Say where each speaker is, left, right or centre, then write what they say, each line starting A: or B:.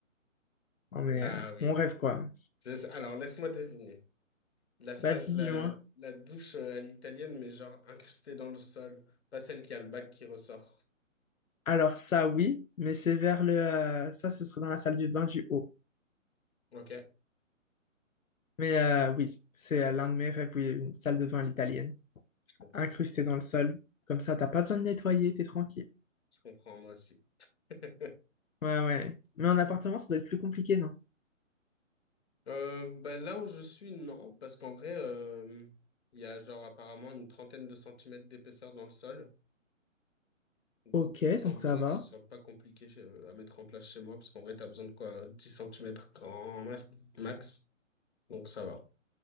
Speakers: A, on the left; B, on the left.
A: non mais
B: Ah
A: euh,
B: oui.
A: mon rêve quoi.
B: Je sais- Alors, laisse-moi deviner. La, sa-
A: Vas-y,
B: la,
A: dis-moi.
B: la douche euh, à l'italienne, mais genre incrustée dans le sol. Pas celle qui a le bac qui ressort.
A: Alors ça, oui, mais c'est vers le, euh, ça, ce serait dans la salle du bain du haut.
B: Ok,
A: Mais euh, oui, c'est euh, l'un de mes rêves, oui, une salle de bain à l'italienne,
B: je comprends.
A: incrustée dans le sol. Comme ça,
B: Mm,
A: t'as pas besoin de nettoyer, t'es tranquille.
B: Je comprends, moi aussi. <laughs>
A: Ouais, ouais. Mais en appartement, ça doit être plus compliqué, non?
B: Euh, bah, là où je suis, non, parce qu'en vrai, euh, il y a genre apparemment une trentaine de centimètres d'épaisseur dans le sol. Donc,
A: Ok,
B: il semblerait
A: donc ça va.
B: que ce soit pas compliqué chez- à mettre en place chez moi, parce qu'en vrai, t'as besoin de quoi? dix centimètres grand mas- max. Donc, ça va.